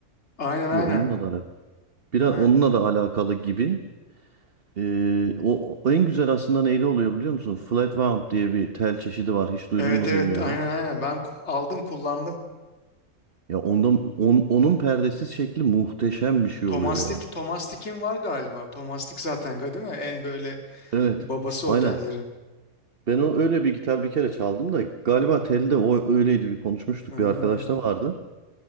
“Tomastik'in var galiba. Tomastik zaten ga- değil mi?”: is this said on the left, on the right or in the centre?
Left